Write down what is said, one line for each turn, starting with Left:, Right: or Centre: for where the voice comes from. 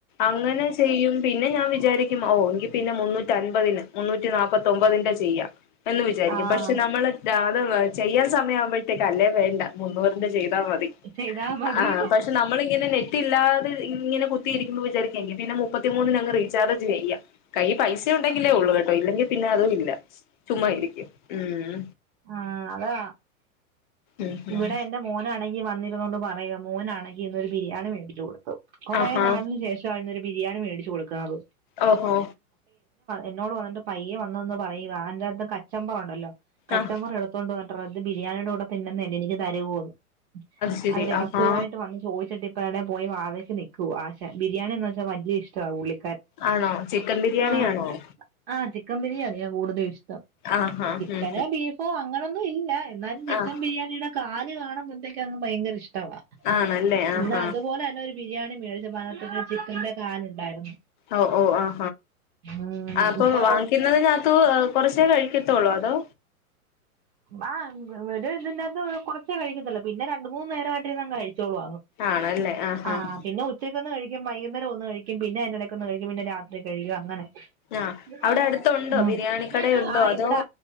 Left: അങ്ങനെ ചെയ്യും പി പിന്നെ ഞാ വിചാരിക്കും ഓ എങ്കി പിന്നെ മുന്നൂറ്റി അൻപതിന് മുന്നൂറ്റി നാല്പ്പത്തൊമ്പതിന്റെ ചെയ്യാം എന്ന് വിചാരിക്കും
Right: ആഹ്
Left: പക്ഷെ നമ്മള് അത് ചെയ്യാൻ സമയമാവുമ്പഴത്തേക്ക അല്ലേ വേണ്ട മുന്നൂറിന്റെ ചെയ്ത് താ മതി
Right: ചെയ്താ മതി
Left: ആ പക്ഷെ നമ്മളിങ്ങനെ നെറ്റില്ലാ ഇങ്ങനെ കുത്തിയിരിക്കുമ്പോ വിചാരിക്കെ ങ്കിൽ പിന്നെ മുപ്പത്തിമൂന്നിന് അങ്ങ് റീചാർജ് ചെയ്യാ കൈയ്യി പൈസ ഉണ്ടെങ്കിലേ ഒള്ളൂ കേട്ടോ ഇല്ലെങ്കിൽ പിന്നെ അതും ഇല്ല ചുമ്മായിരിക്കും ഉം
Right: ആഹ അതാ
Left: ഉം ഉം
Right: വിടെ എന്റെ മോനാണെങ്കി വന്നി പറയ്യാ മോനാണെങ്കി ഇന്നൊരു ബിരിയാണി മേടിച്ച കൊടുത്തു കൊറേ
Left: ആഹാ
Right: നാളിന് ശേശ്വാ ഇന്നൊരു ബിരിയാണി മേടിച്ച് കൊടുക്കാറ്
Left: ഓഹോ
Right: എന്നോട് വന്നിട്ട് പയ്യെ വന്നന്ന് പറയുക അന്റെറ അത്ത് കച്ചമ്പറുണ്ടല്ലോ കച്ചമ്പറ
Left: ആഹ്
Right: എടുത്തോണ്ട് വ ത് ബിരിയാണിയുടെ കൂടെ തിന്നുന്നല്ലേ എനിക്ക് തരുവോന്ന്
Left: ശരി
Right: അത് രഹസ്യമായിട്ട്
Left: ആഹാ
Right: വന്ന് ചോദിച്ചിട്ട് ഇപ്പ എവിടെ പോയി വാ നിക്കൂ ആശാൻ ബിരിയാണി എന്ന് വച്ചാൽ വലിയ ഇഷ്ട ഉള്ളി
Left: ആണോ ചിക്കൻ ബിരിയാണി
Right: ആ
Left: ആണോ
Right: ആ ചിക്കൻ ബിരിയാണി ഞാൻ കൂടുതലും ഇഷ്ടം
Left: ആഹ് ആഹ് ഹഹ
Right: ചിക്കനോ ബീഫോ അങ്ങനൊന്നും ഇല്ല എന്നാലും ചിക്കൻ
Left: ആഹ്
Right: ബിരിയാണിയുടെ കാല് കാണുമ്പോഴത്തേക്ക് അങ്ങ് ഭയങ്കര ഇഷ്ടം ഇ
Left: ആണല്ലേ ആഹ്
Right: ഇന്ന
Left: ആഹ്
Right: അതുപോലെ തന്നെ ഒരു ബിരിയാണി മേടിച്ച മന ചിക്കന്റെ കാലുണ്ടായിരുന്നു
Left: ഓ ഓ ആ്
Right: ഉം
Left: ആ അപ്പം
Right: ഇപ്പൊ
Left: വാങ്ങിക്കുന്നത്തിന്റെ അകത്തും കൊറച്ച കഴിക്ക ത്തോളൂ അതോ
Right: ആ ഇവിടെ ഉണ്ടാകുന്ന കൊറച്ചേ കഴിക്കത്തില്ലോ പിന്നെ രണ്ട് മൂന്ന് നേരമായിട്ടി കഴിച്ചു കഴിച്ചോളൂ
Left: ആണല്ലേ ആഹ്
Right: ആ
Left: ആഹ്
Right: പിന്നെ ഉച്ചക്കൊന്നും കഴി ഒന്ന് കഴിക്കും വൈകുന്നേം ഒന്ന് കഴിക്കും പിന്നെ അതിന്റെ ഇടക്ക് ഒന്ന് കഴിക്കും പിന്ന രാത്രി കഴിക്കും അങ്ങനെ
Left: ആഹ് അവിടെ
Right: ഉം
Left: അടുത്തുണ്ടോ
Right: ആ
Left: ബിരിയാണിക്കടയുണ്ടോ
Right: ആ
Left: അതോ
Right: ഇവിടെ